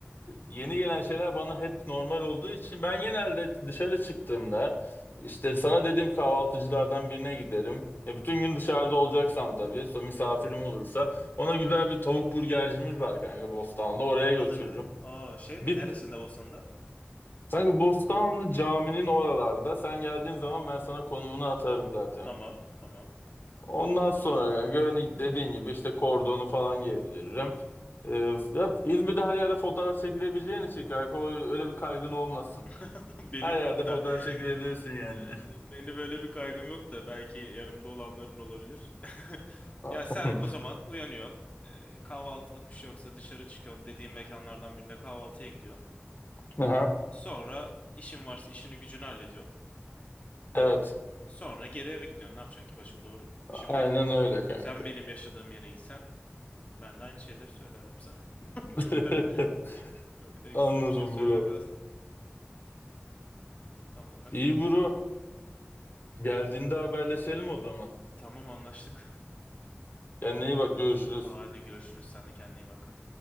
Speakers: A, on the left (about 50°); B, on the left (about 35°).
A: yeni gelen şeyler bana hep normal olduğu için ben genelde dışarı çıktığımda işte sana dediğim kahvaltıcılardan birine giderim. Ya bütün gün dışarıda olacaksam tabii so- misafirim olursa ona güzel bir tavuk burgercimiz var kanka Bostanlı oraya götürürüm.
B: Adın aa, şey mi?
A: Bir,
B: Neresinde Bosna'da?
A: kanka Bostanlı caminin oralarda sen geldiğin zaman ben sana konumunu atarım
B: Aha,
A: zaten.
B: tamam tamam.
A: Ondan sonra yani gö- dediğin gibi işte kordonu falan gezdiririm. Ee, ya İzmir'de her yerde fotoğraf çekilebileceğin için kanka o, öyle bir kaygın olmasın.
B: <laughs> Benim
A: Her yerde
B: yok
A: fotoğraf
B: da
A: çekilebilirsin
B: <laughs>
A: yani.
B: beni böyle bir kaygım yok da belki yanımda olanların olabilir. <laughs>
A: <laughs>
B: Ya sen o zaman uyanıyorsun. Ee, kahvaltılık bir şey yoksa dışarı çıkıyorsun. Dediğim mekanlardan birine kahvaltıya gidiyorsun.
A: Aha,
B: Sonra işin varsa işini gücünü hallediyorsun.
A: evet.
B: Sonra geri eve gidiyorsun. Ne yapacaksın ki başka doğru? Şimdi
A: Aynen öyle kanka.
B: Sen benim yaşadığım yere gitsen ben de aynı şeyleri söylerdim sana. <laughs>
A: <laughs>
B: Çok da çok da ekstra
A: Anladım
B: bir şey söylemezdim.
A: bro.
B: Tam olarak
A: İyi
B: böyle
A: bro.
B: yani.
A: Geldiğinde haberleşelim o zaman.
B: Tamam anlaştık.
A: Kendine iyi bak görüşürüz.
B: Hadi görüşürüz. Sen de kendine iyi bak.